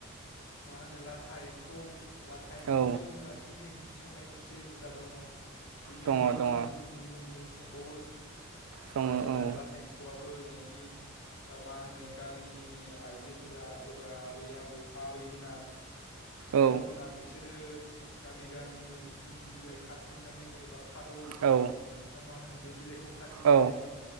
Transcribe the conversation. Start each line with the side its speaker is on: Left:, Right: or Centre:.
Left: मा होनो लाथा एम्फौ लाथा एम्फौजों
Right: औ
Left: जोंना सिंग्रि बिखि संनाय मोनसे हुदा दङ बेनि
Right: दङ
Left: अनगायै
Right: दङ
Left: जोंना गुबुन गुबुन जों संबावो
Right: सङो
Left: दा जोंना
Right: औ
Left: लाटा एम्फौया बो न'नि मा होनो गामिनि आइजोफोरा एबा आबै आबौ आबैमोना
Right: औ
Left: आयं मोना बिसोरो गामि गामि इन्दि बिलाइ खाारथिंनानै एबा खारौ
Right: औ
Left: ना मा होनो बे बिलाइखौ खाथिंनानै
Right: औ